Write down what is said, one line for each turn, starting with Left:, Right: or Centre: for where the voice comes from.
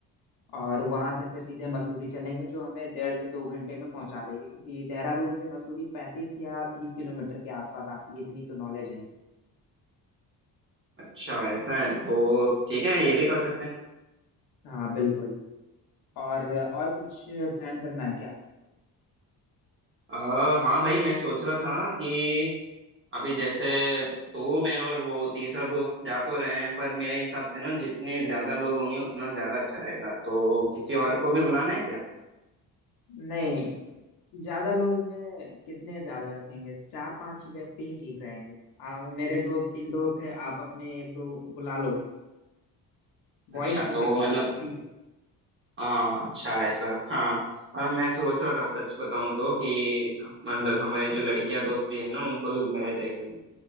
Left: और वहां से फिर सीधे मसूरी चलेंगे जो हमें डेढ़ से दो घंटे में पहुंचा देगी क्योंकि देहरादून से मसूरी पैंतीस या तीस किलोमीटर के आसपास आती है इतनी तो नॉलेज है
Right: अच्छा ऐसा है तो ठीक है ये भी कर सकते हैं
Left: हाँ बिल्कुल और और कुछ प्लान करना है क्या
Right: आ, हाँ भाई मैं सोच रहा था कि अभी जैसे तू मैं और वो तीसरा दोस्त जा तो रहे हैं पर मेरे हिसाब से ना जितने ज्यादा लोग होंगे उतना ज्यादा अच्छा रहेगा तो किसी और को भी बुलाना है क्या
Left: नहीं ज्यादा लोग में कितने ज्यादा रखेंगे चार पांच व्यक्ति ही ठीक रहेंगे आ, मेरे दो तीन दोस्त हैं आप अपने एक दो बुला लो
Right: अच्छा
Left: बॉयज ट्रिप
Right: तो
Left: रखते
Right: मतलब
Left: हैं इसको ठीक है
Right: हाँ अच्छा ऐसा हाँ मतलब मैं सोच रहा था सच बताऊं तो कि मतलब
Left: हाँ
Right: हमारी जो लड़कियां दोस्त भी है ना उनको भी बुलाया जाए कि नहीं